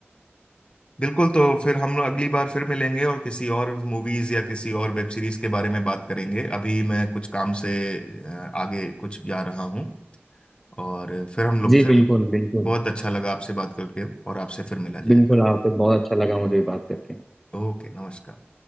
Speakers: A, on the left; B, in the centre.
A: बिल्कुल तो फिर हम लोग अगली बार फिर मिलेंगे और किसी और मूवीज या किसी और वेब सीरीज के बारे में बात करेंगे अभी मैं कुछ काम से अ, आगे कुछ जा रहा हूँ और फिर हम लोग
B: जी
A: फिर
B: बिल्कुल बिल्कुल
A: बहुत अच्छा लगा आपसे बात करके और आपसे फिर मिला जाएगा
B: बिल्कुल आपसे बहुत अच्छा लगा मुझे बात करके
A: ओके नमस्कार